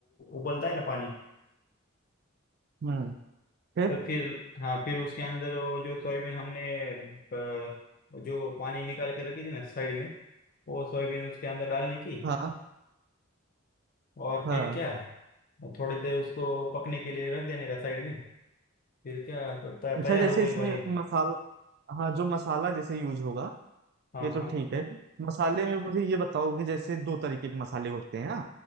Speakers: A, on the left; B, on the right.
A: उबलता है ना पानी
B: हम्म फिर
A: तो फिर हाँ फिर उसके अंदर वो जो सोयाबीन हमने अ, जो पानी निकाल के रखी थी ना साइड में वो सोयाबीन उसके अंदर डालने की
B: हाँ
A: और
B: हाँ
A: फिर क्या थोड़ी देर उसको पकने के लिए रख देने का साइड में फिर क्या तो तै-
B: अच्छा
A: तैयार
B: जैसे
A: हो गई
B: इसमें
A: भाई
B: मसाला हाँ जो मसाला जैसे यूज होगा
A: हाँ
B: ये
A: हाँ
B: तो ठीक है मसाले में मुझे ये बताओ कि जैसे दो तरीके के मसाले होते हैं ना,